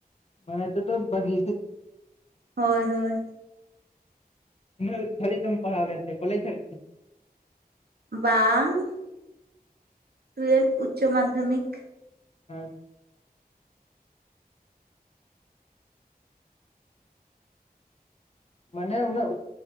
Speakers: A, on the left; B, on the right.
A: ᱢᱟᱱᱮ ᱱᱤᱛᱚᱜ ᱫᱚ ᱵᱟᱹᱜᱤ ᱥᱮ
B: ᱦᱳᱭ ᱦᱳᱭ᱾
A: ᱛᱤᱱᱟᱹᱜ ᱫᱷᱟᱨᱤᱡ ᱫᱚᱢ ᱯᱟᱲᱟᱣ ᱞᱮᱱ ᱛᱮ ᱠᱚᱮᱡᱽ ᱫᱷᱟᱨᱤᱡ?
B: ᱵᱟᱝ᱾ ᱴᱩᱭᱮᱞᱵᱷ ᱩᱪᱪᱚ ᱢᱟᱫᱽᱫᱷᱚᱢᱤᱠ᱾
A: ᱦᱮᱸ᱾ ᱢᱟᱱᱮ ᱩᱱᱟᱹᱜ